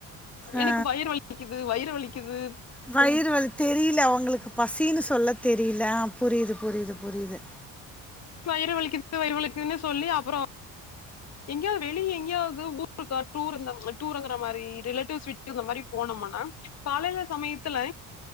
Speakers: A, in the centre; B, on the left (about 45°).
A: ஆ
B: எனக் வயிறு வலிக்குது வயிறு வலிக்குது
A: வயிறு வலி தெரில அவங்ளுக்கு பசின்னு சொல்ல தெரில புரிது புரிது புரிது
B: வயிறு வலிக்குது வயிறு வலிக்குதுனே சொல்லி அப்றோ எங்கியோ வெளியோ எங்கியாவது ஊருக்கா டூர் இந்த டூருங்கற மாரி ரிலேட்டிவ்ஸ் வீட்கு இந்த மாரி போனோம்மனா காலைல சமயத்துல